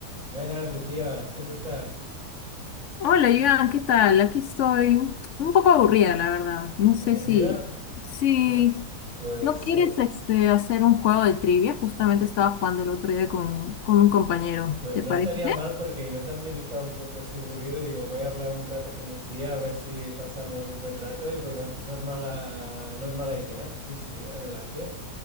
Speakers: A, on the right (about 25°); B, on the left (about 60°).
A: Buenas, Lucía, ¿cómo estás?
B: Hola, Iván, ¿qué tal? Aquí estoy un poco aburrida, la verdad. No sé
A: ¿Aburrida?
B: si, si
A: O sea, pues,
B: no quieres
A: eh,
B: este, hacer un juego de trivia. Justamente estaba jugando el otro día con, con un compañero.
A: pues
B: ¿Te
A: no
B: parece?
A: estaría mal porque yo también estaba un poco así aburrido y digo, voy a hablar un rato con Lucía a ver si pasamos un buen rato y pues bueno, no es mala, no es mala idea. Sí, sí, adelante.